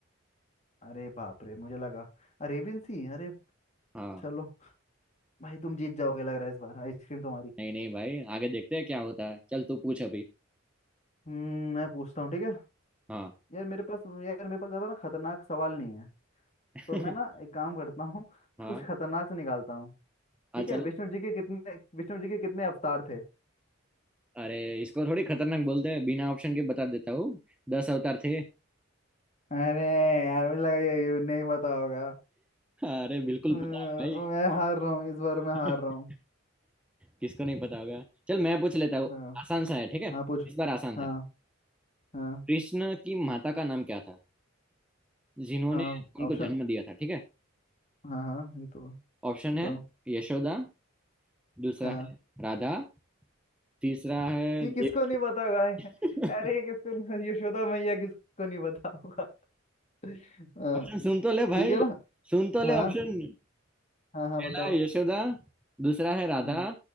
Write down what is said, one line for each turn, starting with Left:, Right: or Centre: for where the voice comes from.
Left: अरे बाप रे मुझे लगा अरेबियन सी अरे
Centre: हाँ
Left: चलो भाई तुम जीत जाओगे लग रहा है इस बार आइसक्रीम तुम्हारी
Centre: नहीं नहीं भाई आगे देखते हैं क्या होता है चल तू पूछ अभी
Left: हम्म, मैं पूछता हूँ ठीक है
Centre: हाँ
Left: यार मेरे पास यार मेरे पास ज़्यादा ना खतरनाक सवाल नहीं है
Centre: <laughs>
Left: तो मैं ना एक काम करता हूँ <laughs> तो
Centre: हाँ
Left: कुछ खतरनाक से निकालता हूँ
Centre: हाँ
Left: ठीक
Centre: चल
Left: है विष्णु जी के कितने विष्णु जी के कितने अवतार थे
Centre: अरे इसको थोड़ी खतरनाक बोलते हैं बिना ऑप्शन के बता देता हूँ दस अवतार थे
Left: अरे यार मुझे लगा ये ये नहीं पता होगा
Centre: अरे बिल्कुल
Left: अ, मैं
Centre: पता है भाई
Left: हार रहा हूँ इस बार मैं
Centre: <laughs>
Left: हार रहा हूँ
Centre: किसको नहीं पता होगा चल मैं पूछ लेता हूँ
Left: हाँ
Centre: आसान सा है ठीक है
Left: हाँ पूछो
Centre: इस बार आसान
Left: हाँ
Centre: है
Left: हाँ
Centre: कृष्ण की माता का नाम क्या था जिन्होंने
Left: हाँ
Centre: उनको
Left: ऑप्शन
Centre: जन्म दिया था ठीक है
Left: हाँ हाँ ये तो
Centre: ऑप्शन
Left: बताओ
Centre: है यशोदा दूसरा
Left: हाँ
Centre: है राधा तीसरा है
Left: ये किसको
Centre: देव
Left: नहीं पता होगा
Centre: <laughs>
Left: अरे ये किसको नहीं यशोदा मैया किसको नहीं पता होगा अ,
Centre: ऑप्शन सुन तो ले
Left: ठीक
Centre: भाई
Left: है ना
Centre: सुन तो
Left: हाँ
Centre: ले ऑप्शन
Left: हाँ हाँ
Centre: पहला
Left: बताओ
Centre: है यशोदा दूसरा है राधा
Left: हम्म,